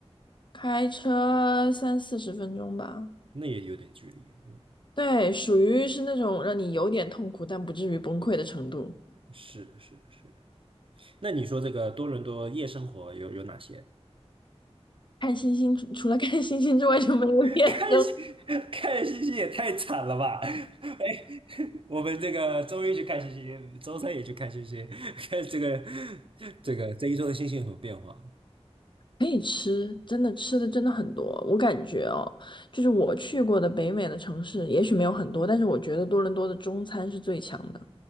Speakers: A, on the left; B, on the right.
A: 开车三四十分钟吧。
B: 那也有点距离。嗯，
A: 对，属于是那种让你有点痛苦，但不至于崩溃的程度。
B: 是是是。那你说这个多伦多夜生活有有哪些？
A: 看星星，除除了看星星之外就没有别的。
B: <laughs> 看星看星星也太惨了吧！<laughs> 哎，我们这个周一去看星星，周三也去看星星，<laughs> 看这个这个这一周的星星有什么变化？
A: 可以吃，真的吃的真的很多。我感觉哦，就是我去过的北美的城市，也许没有很多，但是我觉得多伦多的中餐是最强的。